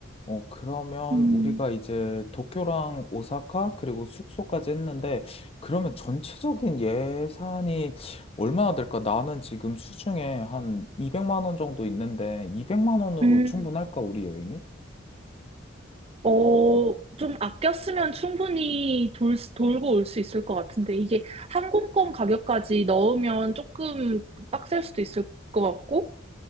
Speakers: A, on the left; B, on the right.
A: 어, 그러면
B: 음.
A: 우리가 이제 도쿄랑 오사카 그리고 숙소까지 했는데 그러면 전체적인 예산이 얼마나 될까? 나는 지금 수중에 한 200만 원 정도 있는데 200만 원으로
B: 음,
A: 충분할까? 우리 여행이?
B: 어, 좀 아꼈으면 충분히 돌, 돌고 올 수 있을 것 같은데, 이게 항공권 가격까지 넣으면 조금 빡셀 수도 있을 것 같고,